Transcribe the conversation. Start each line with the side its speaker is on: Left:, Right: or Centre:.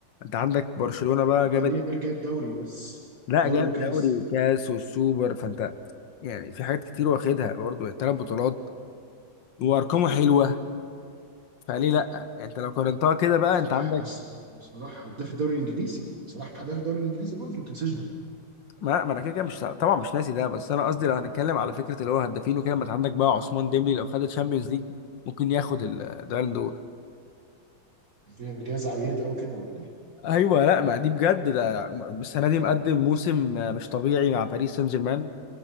Left: انت عندك برشلونه بقى جابت
Right: هو يمين يامال جايب دوري بس
Left: لا
Right: دوري
Left: جاب
Right: وكاس
Left: دوري وكاس والسوبر فانت يعني في حاجات كتير واخدها برضه ثلاث بطولات وارقامه حلوه فليه لا يعني انت لو قارنتها كده بقى
Right: صلاح
Left: انت عندك
Right: أصلاً- صلاح هداف الدوري الانجليزي صلاح هداف الدوري الانجليزي برضه ما تنساش ده.
Left: ما, ما انا كده كده مش طبعا مش ناسي ده بس انا قصدي لو هنتكلم على فكره اللي هو هدافين وكده ما انت عندك بقى عثمان ديمبلي لو خد الشامبيونز ليج ممكن ياخد البالون دور
Right: الجائزه عيرت قوي كده ولا ايه؟
Left: ايوه لا ما دي بجد ده السنه دي مقدم موسم مش طبيعي مع باريس سان جيرمان